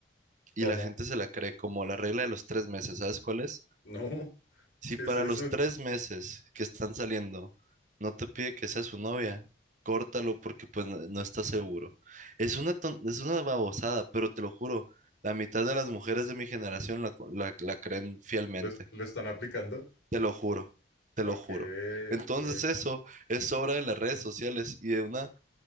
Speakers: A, on the right; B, on the left.
A: y
B: ¿Cómo?
A: la gente se la cree como la regla de los tres meses, ¿sabes cuál es?
B: No, <laughs>
A: Si
B: ¿qué
A: para
B: es eso?
A: los tres meses que están saliendo no te pide que sea su novia, córtalo porque pues no, no estás seguro. Es una, ton- es una babosada, pero te lo juro, la mitad de las mujeres de mi generación la, co- la la creen fielmente.
B: ¿Lo, es- lo están aplicando?
A: Te lo juro, te
B: Ok,
A: lo juro. Entonces
B: ok.
A: eso es obra de las redes sociales y de una